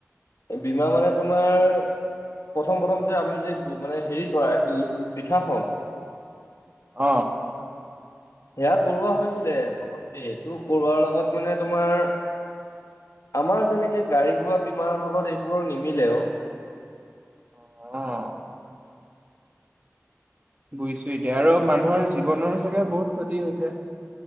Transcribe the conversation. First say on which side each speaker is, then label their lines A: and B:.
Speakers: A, on the left; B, on the right.
A: বীমা মানে তোমাৰ প্ৰথম প্ৰথম যে আপুনি যে মানে হেৰি কৰা কি লিখাখন।
B: অ'
A: সেয়া কৰোৱা হৈছিলে। প্ৰথম সেইটো কৰোৱাৰ লগত মানে তোমাৰ আমাৰ যেনেকে গাড়ী ঘোঁৰা বীমাৰৰ লগত এইবোৰৰ নিমিলে অ'।
B: আহ। বুজিছো এতিয়া আৰু মানুহৰ জীৱনৰো চাগে বহুত ক্ষতি হৈছে।